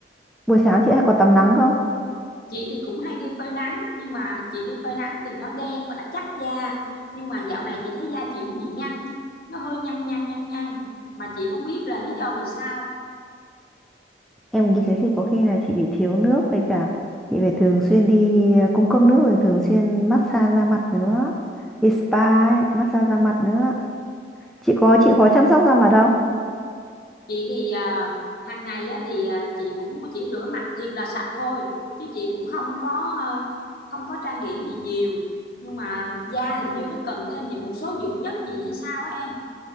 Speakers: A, in the centre; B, on the left.
A: Buổi sáng chị hay có tắm nắng không?
B: Chị thì cũng hay đi phơi nắng nhưng mà chị đi phơi nắng thì nó đen và nó chắc da. Nhưng mà dạo này chị thấy da chị nó bị nhăn, nó hơi nhăn nhăn nhăn nhăn mà chị không biết là lý do vì sao.
A: Em nghĩ thế thì có khi là chị bị thiếu nước với cả chị phải thường xuyên đi cung cấp nước rồi thường xuyên massage da mặt nữa. Đi spa ấy, massage da mặt nữa. Chị có chịu khó chăm sóc da mặt không?
B: chị thì à, hàng ngày á, thì à, chị cũng chỉ rửa mặt thiệt là sạch thôi chứ chị cũng không có à, không có trang điểm gì nhiều nhưng mà da hình như nó cần thêm những một số dưỡng chất gì hay sao á em